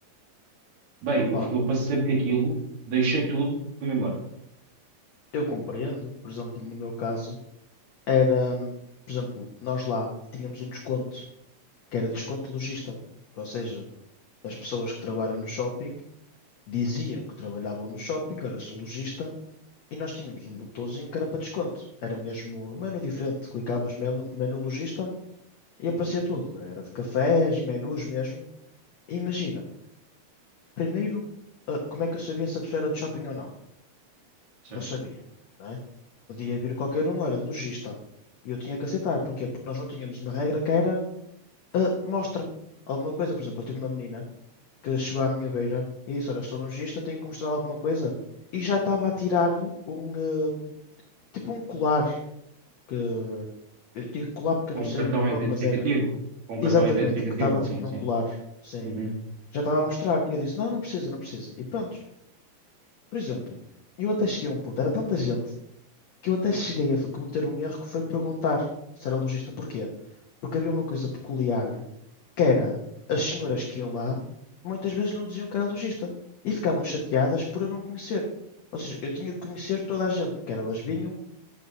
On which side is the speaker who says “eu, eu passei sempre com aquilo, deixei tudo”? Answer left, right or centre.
Right